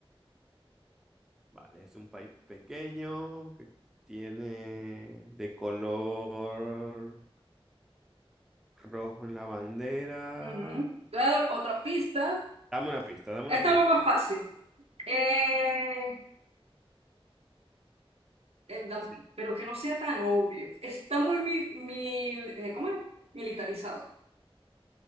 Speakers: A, in the centre; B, on the right.
A: Vale, es un país pequeño que tiene de color rojo en la bandera.
B: Ujú. Te voy a dar otra pista.
A: Dame una pista, dame
B: Esta
A: una pista.
B: es lo más fácil. Eh, en da-
A: Sí.
B: pero que no sea tan obvio. Está muy mi, mil- eh, ¿cómo es? militarizado.